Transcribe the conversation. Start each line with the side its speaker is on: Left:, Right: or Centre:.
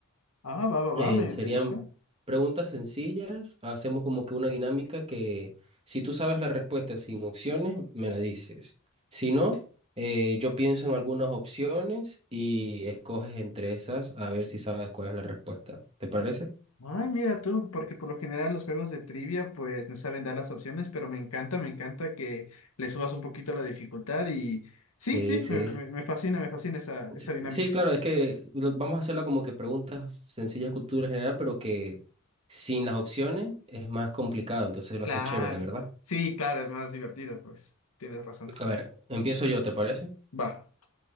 Left: Ah, va, va,
Right: Eh,
Left: va, me,
Right: serían
Left: me gusta.
Right: preguntas sencillas. Hacemos como que una dinámica que si tú sabes la respuesta sin opciones, me la dices. Si no, eh, yo pienso en algunas opciones y escoges entre esas a ver si sabes cuál es la respuesta. ¿Te parece?
Left: Ay, mira tú, porque por lo general los juegos de trivia pues me saben dar las opciones, pero me encanta, me encanta que le subas un poquito la dificultad y sí,
Right: Sí,
Left: sí,
Right: sí.
Left: me, me- me fascina, me fascina esa, esa
Right: Sí,
Left: dinámica.
Right: sí, claro, es que lo- vamos a hacerla como que preguntas sencillas, cultura general, pero que sin las opciones es más complicado, entonces lo
Left: Claro,
Right: hace chévere, ¿verdad?
Left: sí, claro, es más divertido, pues tienes razón.
Right: A ver, empiezo yo, ¿te parece?
Left: Va.